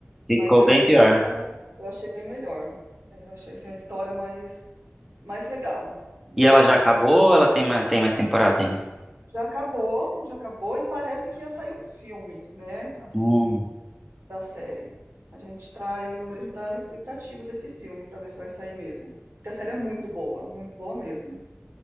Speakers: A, in the centre; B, on the right.
A: Ficou
B: mas The
A: bem
B: Last
A: pior.
B: Kingdom eu achei bem melhor. É, eu achei assim a história mais mais legal. Hum.
A: E ela já acabou ou ela tem mais, tem mais temporada ainda?
B: Já acabou, já acabou e parece que ia sair um filme, né? Assim,
A: Hum.
B: da série. A gente tá, eu e meu marido, a gente tá na expectativa desse filme pra ver se vai sair mesmo. Porque a série é muito boa, muito boa mesmo.